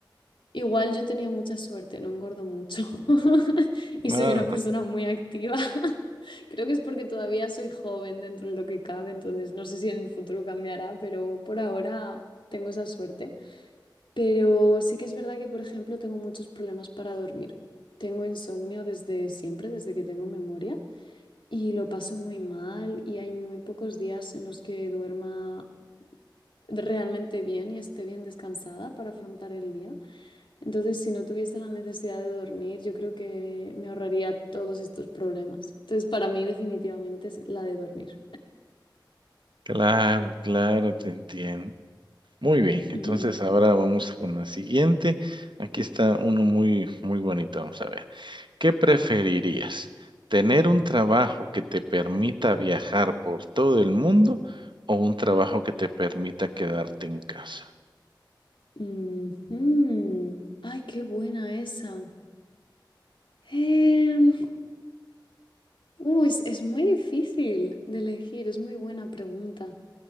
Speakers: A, on the left; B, on the right.
A: Igual yo he tenido mucha suerte, no engordo mucho <laughs> y soy
B: Ah,
A: una persona muy activa. <laughs> Creo que es porque todavía soy joven dentro de lo que cabe, entonces no sé si en el futuro cambiará, pero por ahora tengo esa suerte. Pero sí que es verdad que, por ejemplo, tengo muchos problemas para dormir. Tengo insomnio desde siempre, desde que tengo memoria, y lo paso muy mal y hay muy pocos días en los que duerma realmente bien y esté bien descansada para afrontar el día. Entonces, si no tuviese la necesidad de dormir, yo creo que me ahorraría todos estos problemas. Entonces, para mí definitivamente es la de dormir.
B: claro, claro, te entiendo. Muy bien, entonces
A: <laughs>
B: ahora vamos con la siguiente. Aquí está uno muy, muy bonito. Vamos a ver. ¿Qué preferirías? ¿Tener un trabajo que te permita viajar por todo el mundo o un trabajo que te permita quedarte en casa?
A: Ujú. Ay, qué buena esa. Em, uh, es, es muy difícil de elegir, es muy buena pregunta.